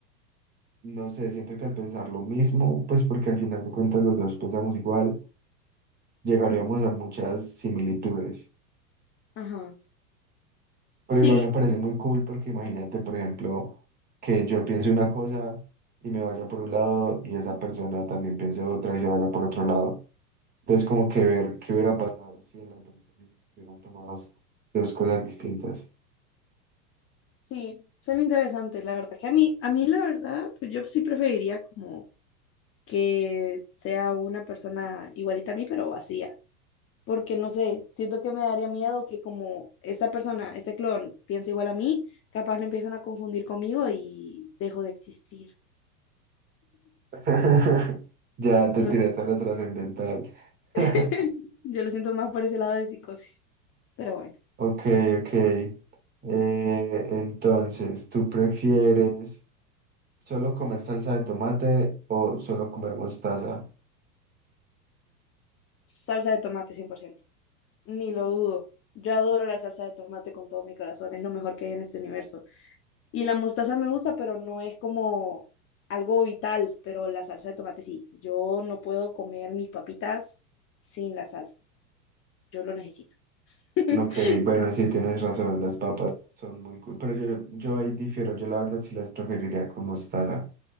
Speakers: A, on the right; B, on the left.
A: no sé, siento que al pensar lo mismo, pues porque al final de cuentas los dos pensamos igual, llegaríamos a muchas similitudes.
B: ajá.
A: Pero
B: Sí,
A: igual me parece muy cool porque imagínate, por ejemplo, que yo piense una cosa y me vaya por un lado y esa persona también piense otra y se vaya por otro lado. Entonces, como que ver qué hubiera pasado si en la transposición hubieran tomado dos cosas distintas.
B: sí. son interesantes la verdad que a mí, a mí la verdad, pues yo sí preferiría como que sea una persona igualita a mí, pero vacía. Porque no sé, siento que me daría miedo que como esta persona, este clon, piensa igual a mí, capaz lo empiezan a confundir conmigo y dejo de existir.
A: <laughs> Ya te
B: No,
A: tiraste a lo trascendental. <laughs>
B: <laughs> yo lo siento más por ese lado de psicosis. Pero bueno,
A: Ok, ok. Eh, entonces, ¿tú prefieres solo comer salsa de tomate o solo comer mostaza?
B: salsa de tomate cien por ciento Ni lo dudo. Yo adoro la salsa de tomate con todo mi corazón, es lo mejor que hay en este universo. Y la mostaza me gusta, pero no es como algo vital, pero la salsa de tomate sí. Yo no puedo comer mis papitas sin la salsa. Yo lo necesito. <laughs>
A: Ok, bueno, sí, tienes razón, las papas son muy cool, pero yo, yo ahí difiero, yo la verdad sí las preferiría con mostaza.